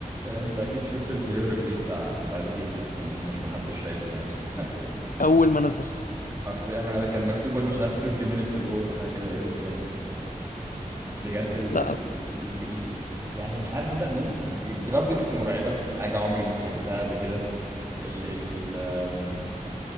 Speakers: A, on the right; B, on the left.
A: انت اكيد شفت التريلر الجديد بتاع بتاع جي تي اي 6 ما اظنش محدش شايفه يعني <laughs> لحد دلوقتي
B: اول ما نزل
A: حرفيا انا ده كان مكتوب وانا مش عارف 30 minutes ago ولا حاجه كده لقيته قدامي بجد ال...
B: لا
A: ال... ال... ال... الج- ال... يعني مش عارف ابدا منين الج- الجرافيكس مرعبه حاجه عمري ما تخيلتها قبل كده ال... ال...